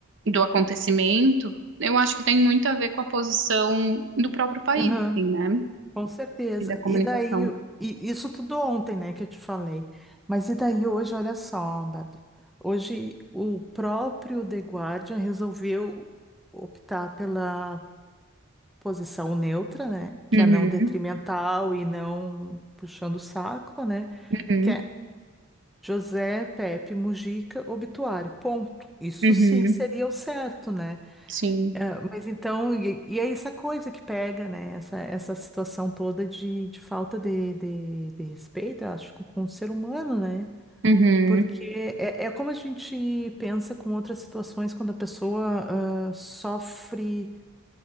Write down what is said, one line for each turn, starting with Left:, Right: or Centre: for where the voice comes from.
Right: do acontecimento, eu acho que tem muito a ver com a posição do próprio país,
Centre: aham.
Right: assim, né?
Centre: Com certeza.
Right: E da comunicação.
Centre: E daí, o- e isso tudo ontem, né, que eu te falei. Mas e daí hoje, olha só, Bárbara. Hoje o próprio The Guardian resolveu optar pela posição neutra, né, que
Right: Uhum,
Centre: é não detrimental e não puxando o saco, né,
Right: uhum,
Centre: que é José Pepe Mujica obituário. Ponto. Isso
Right: uhum,
Centre: sim seria o certo, né?
Right: sim.
Centre: É, mas então, e, e é essa coisa que pega, né? Essa, essa situação toda de, de falta de, de, de respeito, eu acho, com, com o ser humano, né?
Right: Uhum,
Centre: Porque é, é como a gente pensa com outras situações quando a pessoa ah, sofre,